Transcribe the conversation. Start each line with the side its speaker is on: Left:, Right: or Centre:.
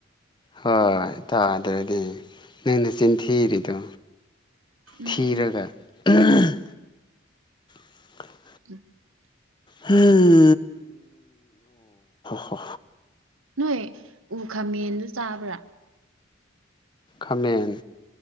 Left: ꯍꯣꯏ ꯇꯥꯗ꯭ꯔꯗꯤ ꯅꯪ ꯅꯆꯤꯟ ꯊꯤꯔꯤꯗꯣ
Right: ꯎꯝ
Left: ꯊꯤꯔꯒ
Right: ꯎꯝ
Left: ꯎꯝ <unintelligible>
Right: ꯎꯝ
Left: ꯍꯨꯝ ꯍꯣ
Right: ꯅꯣꯏ ꯎ ꯈꯥꯃꯦꯟꯗꯨ ꯆꯥꯕ꯭ꯔꯥ
Left: ꯈꯥꯃꯦꯟ